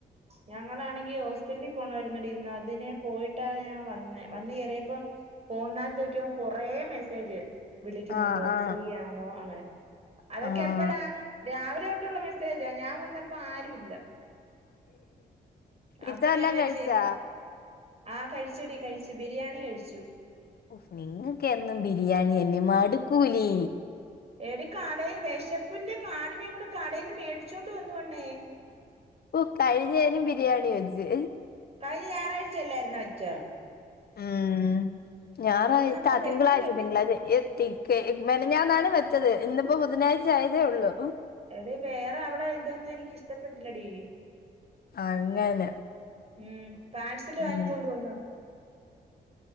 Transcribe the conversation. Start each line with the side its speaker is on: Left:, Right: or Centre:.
Right: ഞങ്ങളാണെങ്കി ഹോസ്പിറ്റൽലി പോണായിര്ന്നടി ഇന്ന് അതിനെ പോയിട്ടാ ഞാൻ വന്നേ വന്ന് കേറിയപ്പോ ഫോൺനകത്ത് നോക്കിയപ്പം കൊറേ മെസ്സേജ് വിളിക്കുന്നുണ്ടോ
Left: ആ ആ
Right: ഫ്രീ ആണോ അങ്ങനെ അതൊക്കെ
Left: ആ
Right: എപ്പഴാ രാവിലെ തോട്ടുള്ള മെസ്സേജാ ഞാൻ വന്നപ്പോ ആരു ഇല്ല അപ്പൊ
Left: ഇത്ത വല്ലോം
Right: ഞാൻ വിചാരിച്ച്
Left: കഴിച്ചാ
Right: ആ കഴിച്ചടി കഴിച്ചു ബിരിയാണി കഴിച്ചു
Left: ഉഫ് നിങ്ങക്ക് എന്നും ബിരിയാണി യന്നെ മടുക്കൂലേ
Right: എടി കടയിൽ വെശപ്പിന്റെ കാഠിന്യംകൊണ്ട് കടയിൽ നിന്ന് മേടിച്ചോണ്ട് വന്ന് പെണ്ണേ
Left: ഓ കഴിഞ്ഞേനും ബിരിയാണി വെച്ച്
Right: കഴിഞ്ഞ ഞായറാഴ്ചയല്ലായിരുന്നോ വെച്ച
Left: ഉം ഞാറായ്ച്ച
Right: ഇത് നമ്മള്
Left: ആ
Right: വെക്കുവല്ലേ
Left: തിങ്കളാഴ്ച്ച തിങ്കളാഴ്ച്ച എത്തി ക്കെ മെനഞ്ഞാന്നാണ് വെച്ചത് ഇന്നിപ്പോ ബുധനാഴ്ച ആയതേ ഒള്ളൂ
Right: എടി വേറെ അവടെ ഇതൊന്നും എനിക്ക് ഇഷ്ടപ്പെട്ടില്ലടി
Left: അങ്ങനെ
Right: ഉം പായ്സല് വാങ്ങികൊണ്ട്
Left: ഉം.
Right: വന്ന